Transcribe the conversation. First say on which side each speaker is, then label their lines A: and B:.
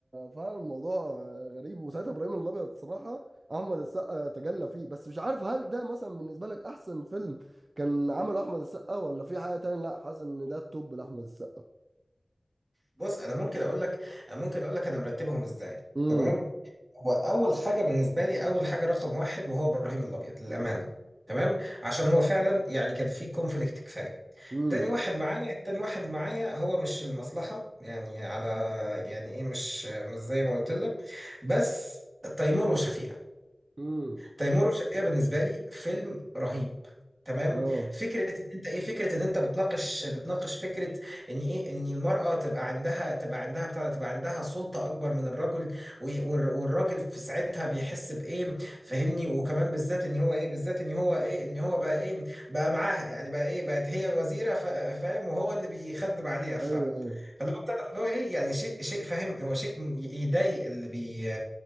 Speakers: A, on the right; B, on the right.
A: فعلا الموضوع آه، غريب وساعتها ابراهيم الابيض الصراحه احمد السقا تجلى فيه بس مش عارف هل ده مثلا بالنسبه لك احسن فيلم كان عمل احمد السقا ولا في حاجه تانية لا حاسس ان ده التوب لاحمد السقا
B: بص أنا ممكن أقول لك ممكن أقول لك أنا مرتبهم إزاي
A: امم
B: تمام هو أول حاجة بالنسبة لي أول حاجة رقم واحد وهو إبراهيم الأبيض للأمانة تمام عشان هو فعلا يعني كان في كونفليكت كفاية
A: امم
B: تاني واحد معايا تاني واحد معايا هو مش المصلحة يعني على يعني إيه مش مش زي ما قلت لك بس تيمور وشفيقة
A: امم
B: تيمور وشفيقة بالنسبه لي فيلم رهيب تمام
A: اه
B: فكره ان انت ايه فكره ان انت بتناقش بتناقش فكره ان ايه ان المراه تبقى عندها تبقى عندها بتاع ده، تبقى عندها سلطه اكبر من الرجل و- والر- والراجل في ساعتها بيحس بايه فاهمني وكمان بالذات ان هو ايه بالذات ان هو ايه ان هو بقى ايه بقى معاها يعني بقى ايه بقت هي الوزيره فا- فاهم وهو اللي بيخدم عليها ف
A: ايوه ايوه
B: فاللي هو بتاع ده، فاللي هو ايه يعني شيء شيء فاهم هو شيء ي- يضايق اللي بي